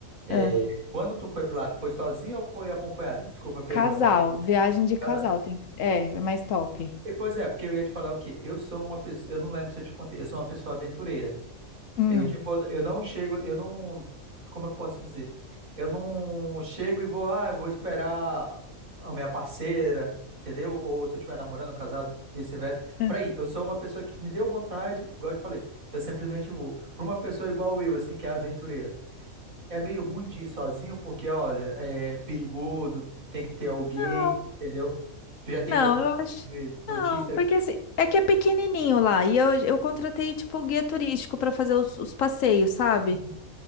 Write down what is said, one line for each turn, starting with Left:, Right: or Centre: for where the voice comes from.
Right: É,
Left: Ah,
Right: quando tu foi para lá, tu foi sozinho ou foi acompanhado? Desculpa a pergunta.
Left: casal, viagem de casal,
Right: Tá, tá.
Left: tem... é, é mais top.
Right: E, Pois é, porque eu ia te falar o quê? Eu sou uma pessoa, eu não lembro se eu te contei, eu sou uma pessoa aventureira.
Left: Hum.
Right: Eu, tipo, eu não chego, eu não, como é que eu posso dizer? Eu não chego e vou, ah, eu vou esperar a minha parceira, entendeu? Ou se eu estiver namorando, casado, vice-versa.
Left: Ah.
Right: Pra ir, eu sou uma pessoa que me deu vontade, igual eu te falei, eu simplesmente vou. Pra uma pessoa igual eu, assim, que é aventureira. É meio ruim de ir sozinho, porque, olha, é perigoso, tem que ter alguém,
Left: Não,
Right: entendeu? Tu já teve
Left: não,
Right: algum
Left: eu
Right: tipo
Left: acho
Right: de
Left: que
Right: notícia?
Left: não, porque assim, é que é pequenininho lá e eu, eu contratei tipo o guia turístico para fazer os, os passeios, sabe?
Right: Uhum.